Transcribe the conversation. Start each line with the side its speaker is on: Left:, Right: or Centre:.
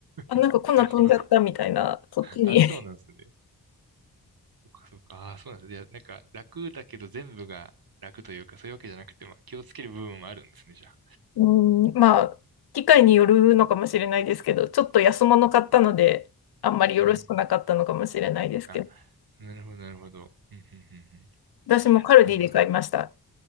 Left: あ、
Right: <laughs>
Left: なんか粉飛んじゃったみたいな、
Right: なるほど。
Left: そっちに。
Right: あ、そうなんですね。そうかそうか。あ、そうなんですね。いや、なんか楽だけど全部が楽というか、そういうわけじゃなくて、まあ気をつける部分もあるんですね、じゃあ。
Left: <laughs> うん、まあ、機械によるのかもしれないですけど、ちょっと安物買ったので、あんまりよろしくなかったのかもしれないですけど、
Right: うん。あ、なるほどなるほど。うんうんうんうん。
Left: 私もカルディで買いました。
Right: そうなんですね。